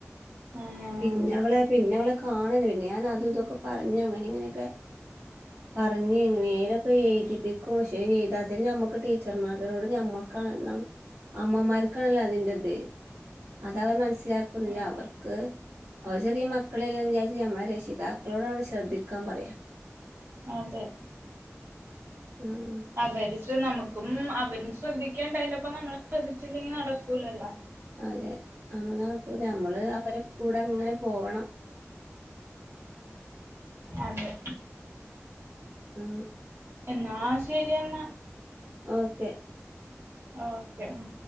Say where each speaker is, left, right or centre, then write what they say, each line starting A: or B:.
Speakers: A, on the right (about 55°); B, on the right (about 80°).
A: ആഹ്
B: പിന്നെ അവളെ പിന്നെ അവളെ കാണലേന്നെ പിന്നഞാ അതുതൊക്കെ പറഞ്ഞ് അങ്ങനിം ഇങ്ങനിക്കെ
A: <unintelligible>
B: പറഞ്ഞ് എങ്ങനെലൊക്കെ എഴുതിപ്പിക്കും പക്ഷേ എയ്താത്തേന് ഞമ്മക്ക് ടീച്ചർമാരരോട് ഞമ്മക്കാ ണം അമ്മമാര്ക്കാണല്ലോ അതിന്റത് അതവർ മനസ്സിലാക്കുന്നില്ല
A: ആഹ്
B: അവർക്ക് അവര് ചെറിയ മക്കളെല്ലെന്ന് വിചാര്ച്ചി ഞമ്മളെ രക്ഷിതാക്കളോടാണ് ശ്രദ്ധിക്കാം പറയാ
A: അതെ
B: ആഹ്
A: അവര് ശ്ര നമുക്കും അവരും ശ്രദ്ധിക്കണ്ടയ്ന്റെപ്പം നമ്മൾ ശ്രദ്ധിച്ചില്ലെങ്കി നടക്കൂലല്ലോ
B: അതെ അമ്മ നമ്മള്
A: ഉം
B: അവരെ കൂടെ അങ്ങനെ പോകണം
A: അതെ
B: ആ
A: എന്നാ ശരിയെന്ന
B: ഓക്കേ
A: ഓക്കെ ഉ